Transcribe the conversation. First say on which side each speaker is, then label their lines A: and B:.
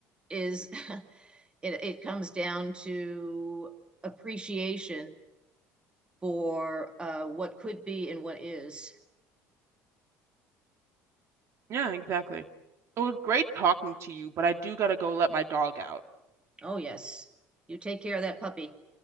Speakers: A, on the right; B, on the right.
A: is <laughs> it, it comes down to appreciation for uh, what could be and what is.
B: Yeah, exactly. It was great talking to you, but I do gotta go let my dog out.
A: Oh, yes. You take care of that puppy.